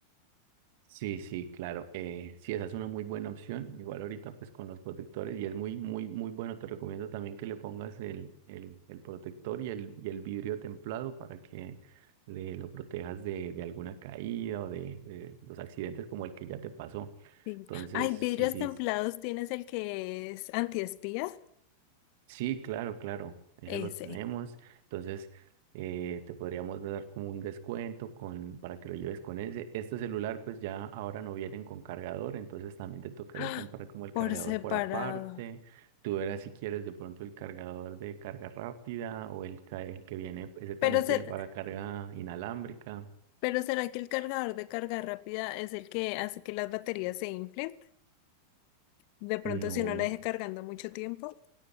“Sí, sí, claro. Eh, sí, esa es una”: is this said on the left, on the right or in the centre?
Right